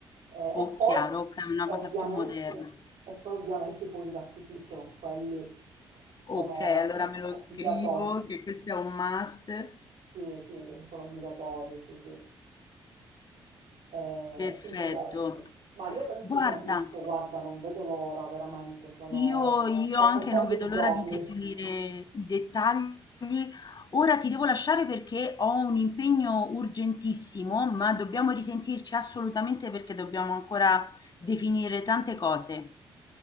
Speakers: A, on the right (about 65°); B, on the left (about 40°).
A: Eh, e
B: O
A: poi
B: chiaro, ok, una
A: ovviamente,
B: cosa più moderna.
A: e poi ovviamente i fuochi d'artificio, quelli sono
B: Ok, allora
A: <laughs>
B: me lo
A: obbligatori.
B: scrivo che questo è un must.
A: Sì, sì, sono obbligatori, sì, sì. E
B: Perfetto.
A: quindi questo. Ma io penso
B: Guarda.
A: sia tutto, guarda, non vedo l'ora, veramente, sono...
B: Io io
A: sto
B: anche
A: contando
B: non vedo
A: i giorni.
B: l'ora di definire i dettagli. Ora ti devo lasciare perché ho un impegno urgentissimo, ma dobbiamo risentirci assolutamente perché dobbiamo ancora definire tante cose.